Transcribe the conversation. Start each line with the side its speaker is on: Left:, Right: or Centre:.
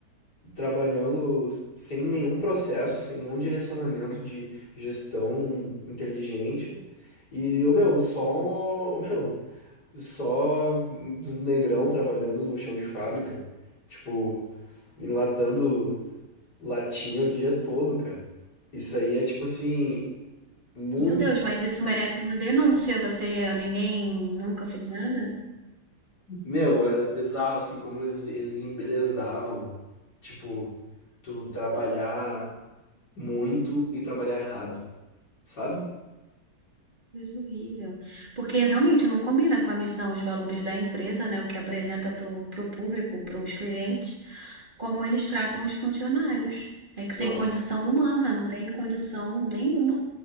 Left: trabalhando sem nenhum processo, sem nenhum direcionamento de gestão inteligente. E, ô meu, só, ô <laughs> meu, só os negrão trabalhando no chão de fábrica, tipo, enlatando latinha o dia todo, cara. Isso aí é, tipo assim, muito
Right: Meu Deus, mas isso merece uma denúncia. Você, ninguém nunca fez nada?
Left: Meu, era bizarro assim como eles, eles embelezavam. Tipo, tu trabalhar muito e trabalhar errado, sabe?
Right: Isso é horrível. Porque realmente não combina com a missão, os valores da empresa, né? O que apresenta para o público, para os clientes, como eles tratam os funcionários. É que
Left: Não.
Right: sem condição humana, não tem condição nenhuma.